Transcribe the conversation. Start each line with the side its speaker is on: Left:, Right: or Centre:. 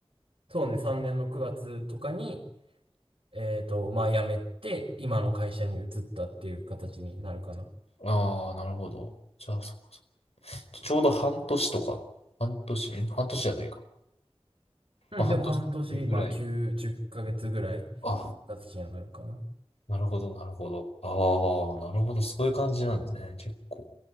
Right: そうね、3年の9月とかに、えっと、まあ辞めて、今の会社に移ったっていう形になるかな。
Left: ああ、なるほど。じゃあ、そっかそっか。ちょうど半年とか。半年、え半年じゃないか。
Right: うん、
Left: まあ、半年ぐらい。
Right: でも半年、まあ9、10ヶ月ぐらい、
Left: あ
Right: 形にはなるかな。
Left: なるほど、なるほど。ああ、なるほど。そういう感じなんですね。結構。